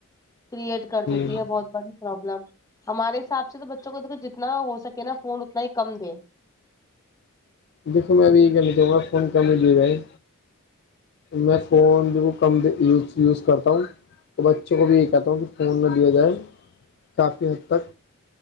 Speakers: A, on the left (about 15°); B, on the left (about 50°).
A: کریئٹ کر دیتی
B: ہ
A: ہے بہت بڑی پرابلم ہمارے حساب سے تو بچوں کو دیکھو جتنا ہو سکے نا فون اتنا ہی کم دے
B: دیکو میں ابھی یہ کہنا چاہوں گا فون کام رہا ہے میں فون جو کم یوز یوز کرتا ہوں تو بچوں کو بھی یہ کہتا ہوں کہ فون نہ دیا جائے کافی حد تک